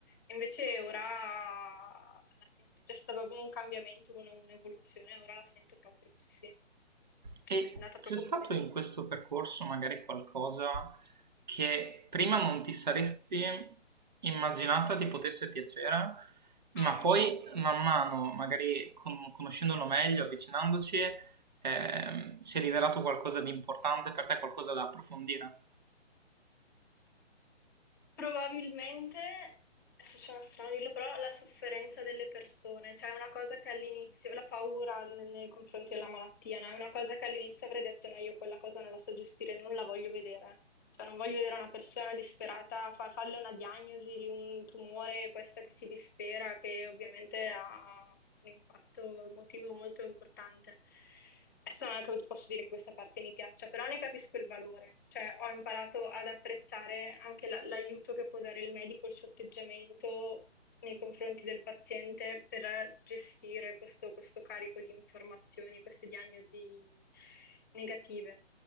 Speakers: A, on the left; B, on the right.
A: Invece ora la sento, c'è stato proprio un cambiamento, un- un'evoluzione, ora la sento proprio, sì, sì.
B: E
A: È andata
B: c'è
A: proprio
B: stato
A: così.
B: in questo percorso magari qualcosa che prima non ti saresti immaginata ti potesse piacere,
A: Mm.
B: ma poi man mano, magari con- conoscendolo meglio, avvicinandoci, ehm, si è rivelato qualcosa di importante per te, qualcosa da approfondire.
A: Probabilmente, adesso suona strano dirlo, però la sofferenza delle persone, cioè è una cosa che all'inizio, la paura n- nei confronti della malattia, no? È una cosa che all'inizio avrei detto no, io quella cosa non la so gestire, non la voglio vedere. Cioè non voglio vedere una persona disperata, fa- farle una diagnosi di un tumore, questa che si dispera, che ovviamente ha un impatto emotivo molto importante. Adesso non è che posso dire che questa parte mi piaccia, però ne capisco il valore, cioè ho imparato ad apprezzare anche la- l'aiuto che può dare il medico, il suo atteggiamento nei confronti del paziente per gestire questo, questo carico di informazioni, queste diagnosi negative.